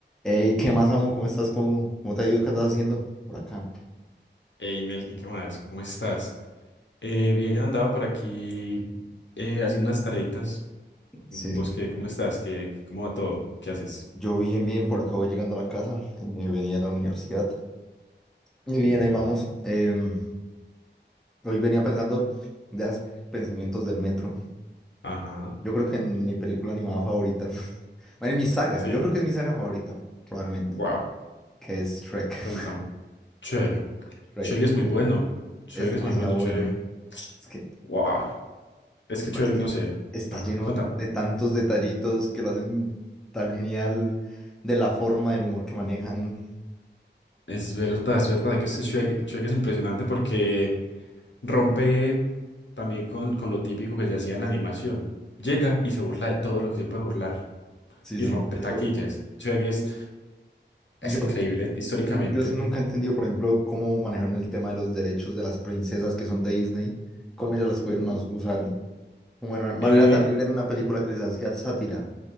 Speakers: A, in the centre; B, on the left.
A: Ey, ¿qué más, amo? ¿Cómo estás? ¿Cómo, cómo te ha ido? ¿Qué andas haciendo por acá?
B: Hey Melkin, ¿qué más? ¿Cómo estás? Eh, bien, andaba por aquí eh, haciendo unas tareitas. ¿Vos
A: Sí, sí.
B: qué? ¿Cómo estás? ¿Qué, qué- cómo va todo? ¿Qué haces?
A: Yo bien, bien, por acá voy llegando a la casa. eh, venía a la universidad. Y bien,
B: Qué bien.
A: ahí vamos. em, hoy venía pensando de esos pensamientos del metro.
B: Ajá.
A: Yo creo que en mi película animada favorita. <laughs> Bueno, en mi saga.
B: Sí.
A: Yo creo que es mi saga favorita, probablemente.
B: Wow.
A: Que es Shrek.
B: Contame.
A: <laughs>
B: Chueg.
A: Shrek.
B: Chueg es muy
A: Shrek.
B: bueno. Chueg
A: Es demasiado
B: es muy bueno, Chueg.
A: bueno. Es que
B: Wow. Es
A: me
B: que Chueg,
A: parece que
B: no sé.
A: está
B: Ajá.
A: lleno
B: Contame.
A: de tantos detallitos que lo hacen tan genial. De la forma, del humor que manejan.
B: Es verdad, es verdad que este Chueg, Chueg es impresionante porque rompe también con, con lo típico que se hacía en la animación. Llega y se burla de todo lo que se puede burlar
A: Sí,
B: y
A: sí,
B: rompe
A: de
B: taquillas.
A: todo tipo.
B: Chueg es es
A: Yo,
B: increíble históricamente.
A: yo, yo nunca he entendido, por ejemplo, cómo manejaron el tema de los derechos de las princesas que son de Disney, cómo ellas las pudieron
B: Ujú.
A: as- usar como de manera
B: Eh,
A: tan libre en una película que les hacía sátira.